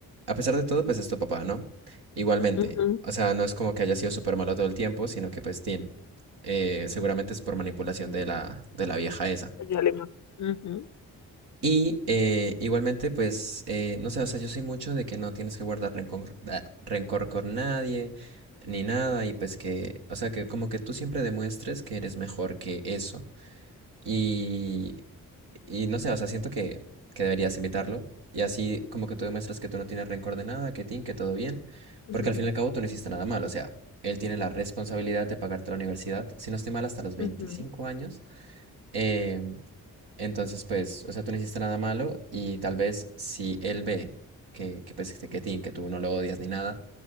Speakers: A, on the right (about 70°); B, on the left (about 45°).
A: a pesar de todo, pues es tu papá, ¿no? Igualmente,
B: Ujú,
A: o sea, no es como que haya sido súper malo todo el tiempo, sino que pues, tiene seguramente es por manipulación de la, de la vieja esa.
B: señor Lima. Ujú,
A: Y eh, igualmente, pues, eh, no sé, o sea, yo soy mucho de que no tienes que guardar rencor, da- rencor con nadie, ni nada, y pues que, o sea, que como que tú siempre demuestres que eres mejor que eso. Y, y no sé, o sea, siento que, que deberías invitarlo. Y así como que tú demuestras que tú no tienes rencor de nada, que tin, que todo bien.
B: ujú,
A: Porque al fin y al cabo tú no hiciste nada mal. O sea, él tiene la responsabilidad de pagarte la universidad. Si no estoy mal, hasta los veinticinco
B: ujú,
A: años. Eh, entonces, pues, o sea, tú no hiciste nada malo. Y tal vez si él ve que, que pues, este, que tin, que tú no lo odias ni nada,